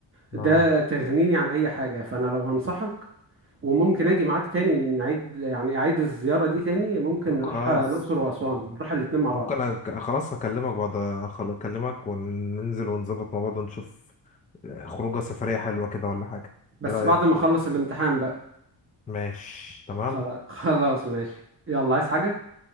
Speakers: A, on the right (about 30°); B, on the left (about 20°).
A: ده
B: اه
A: تغنيني عن اي حاجه فانا لو هنصحك وممكن اجي معاك تاني نعيد يعني اعيد الزيارة دي تاني ممكن
B: طب
A: نروح
B: خلاص
A: آه، الأقصر وأسوان نروح الاتنين مع
B: ممكن
A: بعض
B: أك... خلاص أكلمك بعد أخل- أكلمك وننزل ونظبط مع بعض ونشوف خروجة سفرية حلوة كده ولا حاجة
A: بس
B: إيه رأيك؟
A: بعد ما اخلص الامتحان بقى
B: ماشي تمام
A: خلاص خلاص ماشي يلا عايز حاجة